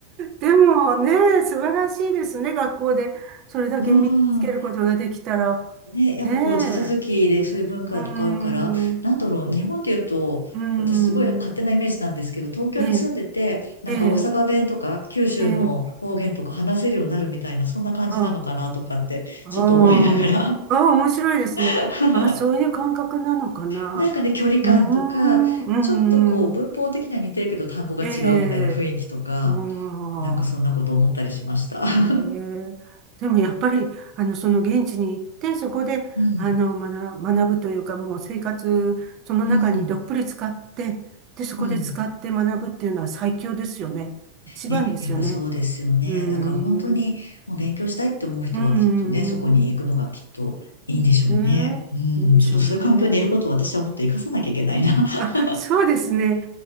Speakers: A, on the right; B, on the left.
A: でもね、素晴らしいですね。学校でそれだけ身につけることができたら。
B: <laughs> うん。ね、やっぱこう地続きでそういう文化とかあるから、
A: ねえ。うーん。う
B: なんだろう、日本で言うと、
A: ーん。
B: 私すごい勝手なイメージなんですけど、東京に住んでて、
A: ええ。
B: なんか大阪弁とか九州の方言とか話せるようになるみたいな、
A: ええ。ええ。
B: そんな感じなのかなとかって、
A: あ、あーあー、
B: ちょっと思いながら。
A: 面白いですね。
B: <laughs>
A: あ、そういう感覚なのかな。
B: なんかね、距離感とか、
A: うーん。うーん。
B: ちょっとこう文法的には似てるけど単語が違うみたいな雰囲気とか、
A: ええ。うーん。
B: なんかそんなこと思ったりしました。<laughs>
A: へえでもやっぱり、あの、その現地に行って、そこで、
B: うん、
A: あの、学、学ぶというか、もう生活、その中にどっぷり使って、
B: うん、
A: で、そこで使って学ぶっていうのは最強ですよね。
B: うん。
A: 一番ですよね。
B: ね、やっぱそうですよね。
A: うー
B: だから本当にもう勉強したいって思う人はきっとね、
A: ん。うーん。
B: そこに行くのがきっといいんでしょうね。
A: ね
B: うん、
A: え、いいんでしょうね。
B: ちょっとそういう環境にいることを私はもっと活かさなきゃいけないな。<laughs>
A: あ、そうですね。